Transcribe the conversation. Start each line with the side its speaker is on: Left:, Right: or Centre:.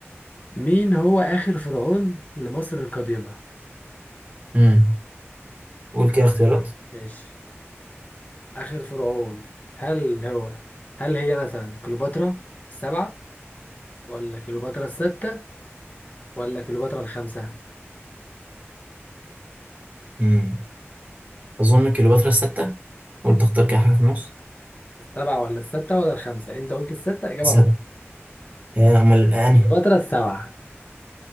Left: مين هو اخر فرعون لمصر القديمه
Right: امم قول كده اختيارات
Left: ماشي آخر فرعون هل هو هل هي مثلا كليوباترا السبعة ولا كليوباترا الستة ولا كليوباترا الخمسة
Right: امم اظن كليوباترا الستة قلت اختار كده حاجه في النص
Left: السبعة ولا الستة ولا الخمسة أنت قلت الستة إجابة
Right: ستة
Left: غلط
Right: يا امال يعني
Left: كليوباترا السبعة